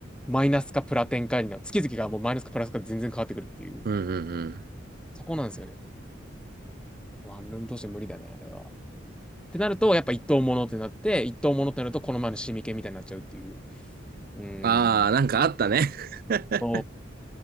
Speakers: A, in the centre; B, on the right.
A: マイナスかプラ転換になる。月々がもうマイナスかプラスか全然変わってくるっていう、
B: うん、うん、うん。
A: そこなんですよね。ワンルームとして無理だね、あれは。ってなると、やっぱ一等物ってなって、一等物ってなると、この前のシミ系みたいになっちゃうっていう。うー
B: ああ、
A: ん。
B: なんかあったね。<laughs>
A: そ